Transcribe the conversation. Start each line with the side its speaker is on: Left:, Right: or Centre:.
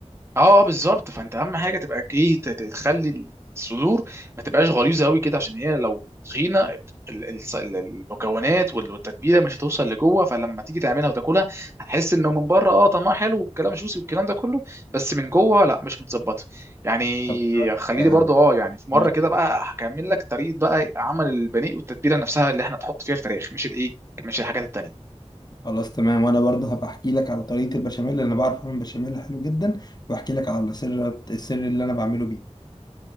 Right: اه آه، بالظبط فانت اهم حاجه تبقى ايه ت- ت- تخلي الصدور ما تبقاش غليظه قوي كده عشان هي لو تخينه ال- ال- ال- المكونات وال- والتتبيله مش هتوصل لجوه فلما تيجي تعملها وتاكلها هتحس انه من بره اه طعمها حلو والكلام جوسي والكلام ده كله بس من جوه لا مش متظبطه يعني
Left: طب أنا هقول لك
Right: خليني برضو اه يعني في مره
Left: آه،
Right: كده بقى هكمل لك طريقه بقى عمل البانيه والتتبيله نفسها اللي احنا تحط فيها الفراخ مش الايه مش الحاجات التانيه
Left: خلاص تمام وانا برضه هبقى احكي لك على طريقه البشاميل اللي انا بعرف اعمل بشاميل حلو جدا واحكي لك على سر السر اللي انا بعمله بيه